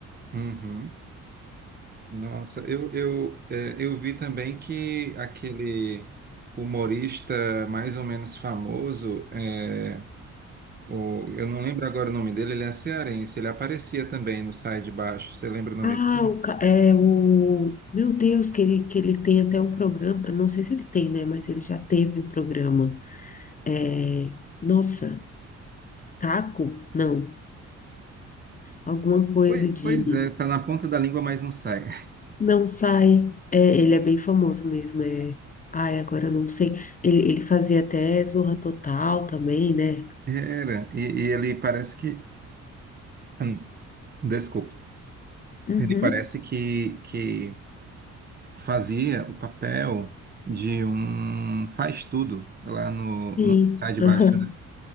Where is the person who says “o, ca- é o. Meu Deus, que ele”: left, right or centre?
Left